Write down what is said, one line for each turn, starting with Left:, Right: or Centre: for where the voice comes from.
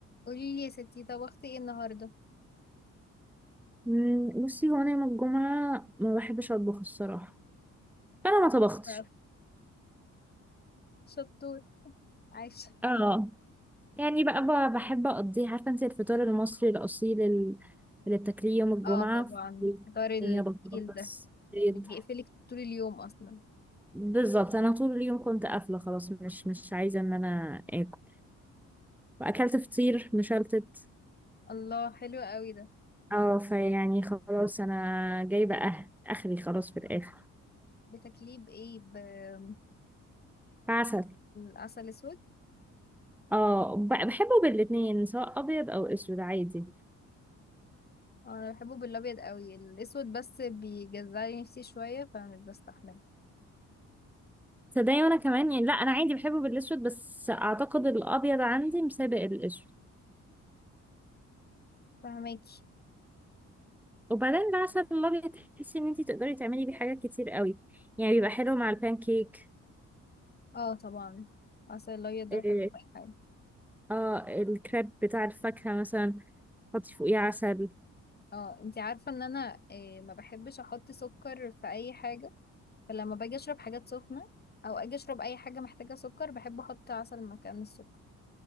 Left: قولي لي يا ستي طبختي ايه النهارده
Centre: مم، بصي هو انا يوم الجمعه ما بحبش اطبخ الصراحه فانا ما طبختش
Left: بقى. شطور عايشة
Centre: اه يعني بقى ب- بحب اقضيه عارفه انت الفطار المصري الاصيل ال- اللي بتاكليه يوم الجمعه
Left: اه طبعا فطار التقيل
Centre: هي بطاطس
Left: ده
Centre: بيض
Left: اللي بيقفلك طول اليوم اصلا
Centre: بالظبط انا طول اليوم كنت قافله خلاص مش مش عايزه ان انا اكل واكلت فطير مشلتت
Left: الله حلو قوي ده
Centre: اه فيعني خلاص انا جايبه أه- اخري خلاص في الاخر
Left: بتاكليه بايه بعسل
Centre: فعسل
Left: عسل اسود
Centre: اه ب- بحبه بالاتنين سواء ابيض او اسود عادي
Left: انا بحبه بالابيض قوي الاسود بس بيجزعلي نفسي شويه فمش بستحمله
Centre: صدقني وانا كمان يعني لا انا عادي بحبه بالاسود بس اعتقد الابيض عندي مسابق الاسود
Left: فهماكي
Centre: وبعدين العسل الابيض تحسي ان انتي تقدري تعملي بيه حاجات كتير قوي يعني بيبقى حلو مع البانكيك
Left: اه طبعا عسل الابيض ده
Centre: اه
Left: بحبه في اي حاجه
Centre: آه، الكريب بتاع الفاكهة مثلا حطي فوقيه عسل
Left: اه انتي عارفه ان انا آه، ما بحبش احط سكر في اي حاجه فلما باجي اشرب حاجات سخنة او اجي اشرب اي حاجة محتاجة سكر بحب احط عسل مكان السكر